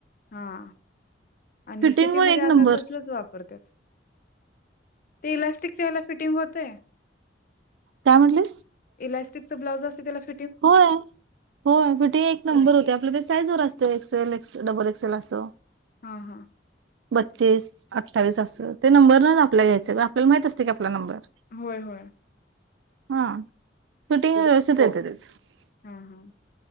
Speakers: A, on the left; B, on the right.
A: हा, आणि
B: फिटिंग
A: सिटीमध्ये
B: पण एक
A: आता
B: नंबर
A: तसलंच वापरतात. ते इलास्टिकचे, याला फिटिंग होते.
B: काय म्हटलीस?
A: इलास्टिकचा ब्लाउज असतो. <inaudible>
B: होय, होय. कुठे एक नंबर होतं, आपल्या साईजवरच असतं. एल डबल एक्सएल असतो.
A: हा हा.
B: बत्तीस, अठ्ठावीस असे ते नंबर नाहीत आपल्याला घ्यायचे, आपल्याला माहीत असते की आपला नंबर कोणता आहे.
A: होय, होय.
B: हा शूटिंग व्यवस्थित येत आहे. ह.
A: हम्, हम्!